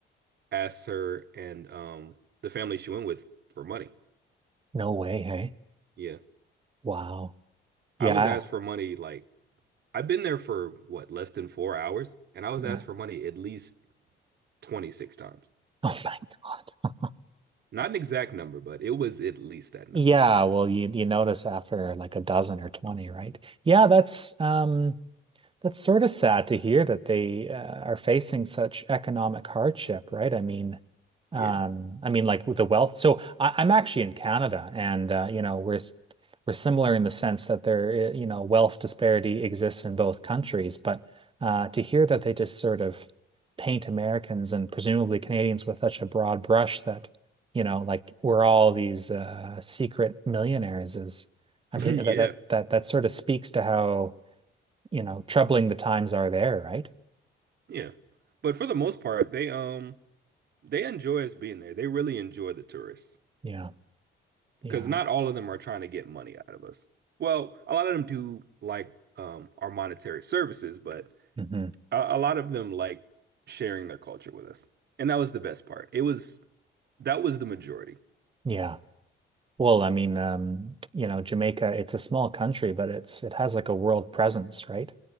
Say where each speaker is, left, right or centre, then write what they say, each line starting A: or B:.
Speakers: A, on the right (about 55°); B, on the right (about 25°).
A: asked her and um the family she went with for money.
B: No way, hey?
A: Yeah.
B: Wow. Yeah.
A: I was asked for money like I've been there for what, less than four hours, and I was
B: Yeah.
A: asked for money at least 26 times.
B: Oh my God.
A: Not an exact number, but it was at least that number
B: Yeah,
A: of times.
B: well, you you notice after like a dozen or 20, right? Yeah, that's um That's sort of sad to hear that they uh, are facing such economic hardship, right? I mean, um,
A: Yeah.
B: I mean, like with the wealth. So I, I'm actually in Canada, and uh, you know, we're s- we're similar in the sense that there, uh, you know, wealth disparity exists in both countries. But uh, to hear that they just sort of paint Americans and presumably Canadians with such a broad brush that, you know, like we're all these uh, secret millionaires is, I
A: <laughs>
B: mean,
A: Yeah.
B: that that that that sort of speaks to how you know, troubling the times are there, right?
A: Yeah. But for the most part, they um they enjoy us being there. They really enjoy the tourists
B: Yeah.
A: because
B: Yeah.
A: not all of them are trying to get money out of us. Well, a lot of them do like um our monetary services, but
B: hmm
A: a, a lot of them like sharing their culture with us. And that was the best part. It was that was the majority.
B: Yeah. Well, I mean, um, you know, Jamaica, it's a small country, but it's it has like a world presence, right?